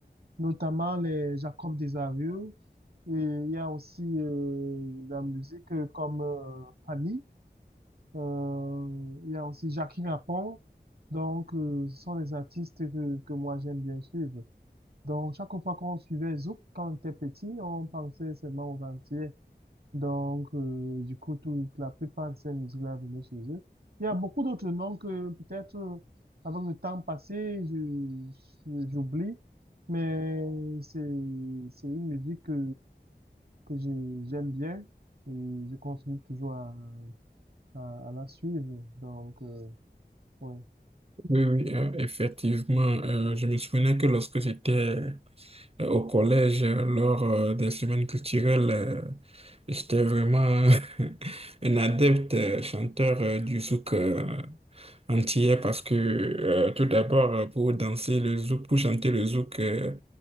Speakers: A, on the right; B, on the right.
A: notamment les Jacob Desarieux. Et il y a aussi euh, la musique euh, comme euh, Fanny. Euh, il y a aussi Jackie Rapon. Donc, euh, ce sont des artistes que, que moi j'aime bien suivre. Donc, chaque fois qu'on suivait Zouk, quand on était petit, on pensait seulement aux Antillais. Donc, euh, du coup, toute la plupart de ces musiques-là venaient chez eux. Il y a beaucoup d'autres noms que peut-être, euh, avec le temps passé, je, je- j'oublie, mais c'est, c'est une musique que, que je- j'aime bien et je continue toujours à, à, à la suivre. Donc, euh, ouais.
B: Oui, oui, euh, effectivement. euh, je me souvenais que lorsque j'étais Euh, Au collège, euh, lors euh, des semaines culturelles, euh, j'étais vraiment <laughs> un adepte euh, chanteur euh, du souk. euh entière parce que euh, tout d'abord, euh, pour danser le zouk, pour chanter le zouk, euh,